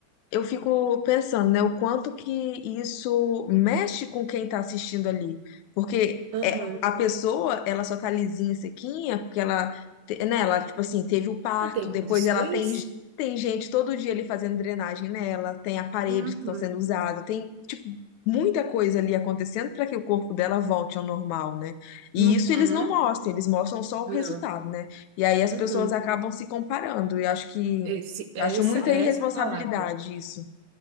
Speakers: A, on the left; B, on the right.
A: eu fico pensando, né, o quanto que isso mexe com quem tá assistindo ali. Porque
B: Aham.
A: é, a pessoa, ela só tá lisinha, sequinha, porque ela te- né, ela, tipo assim, teve o parto,
B: Ah, tem
A: depois
B: condições?
A: ela tem, tem gente todo dia ali fazendo drenagem nela, tem aparelhos
B: Uhum.
A: que estão sendo usados, tem, tipo, muita coisa ali acontecendo para que o corpo dela volte ao normal, né? E
B: Uhum.
A: isso eles não mostram, eles mostram só o
B: Não.
A: resultado, né? E aí as
B: Uhum.
A: pessoas acabam se comparando, e acho que,
B: Esse, essa,
A: acho muita
B: é
A: irresponsabilidade
B: essa é a palavra.
A: isso.